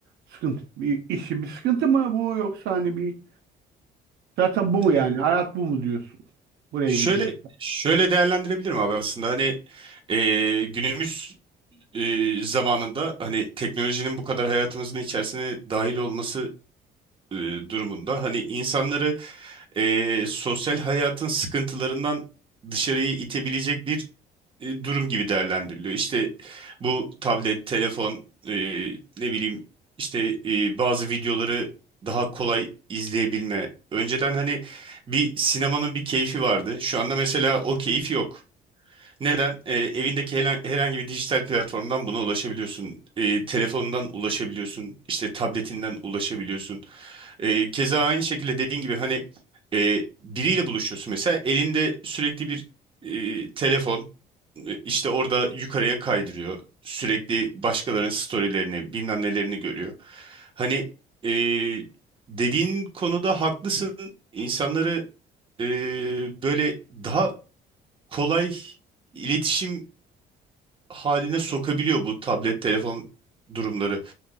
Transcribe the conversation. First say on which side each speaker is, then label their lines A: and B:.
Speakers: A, on the right (about 75°); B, on the right (about 30°).
A: sıkıntı, bir işi? Bir sıkıntı mı bu yoksa hani bir zaten bu mu
B: e,
A: yani? Hayat bu mu diyorsun? Buraya
B: şöyle
A: gidiyor.
B: şöyle değerlendirebilirim abi aslında hani e, günümüz e, zamanında hani teknolojinin bu kadar hayatımızın içerisine dahil olması e, durumunda hani insanları e, sosyal hayatın sıkıntılarından dışarıya itebilecek bir e, durum gibi değerlendiriliyor. İşte bu tablet, telefon, e, ne bileyim işte e, bazı videoları daha kolay izleyebilme. Önceden hani bir sinemanın bir keyfi vardı. Şu anda mesela o keyif yok. Neden? E, evindeki hela- herhangi bir dijital platformdan buna ulaşabiliyorsun. E, telefonundan ulaşabiliyorsun. İşte tabletinden ulaşabiliyorsun. E, keza aynı şekilde dediğin gibi hani e, biriyle buluşuyorsun. Mesela elinde sürekli bir e, telefon işte orada yukarıya kaydırıyor. Sürekli başkalarının storylerini, bilmem nelerini görüyor. Hani e, dediğin konuda haklısın. İnsanları e, böyle daha kolay iletişim haline sokabiliyor bu tablet, telefon durumları.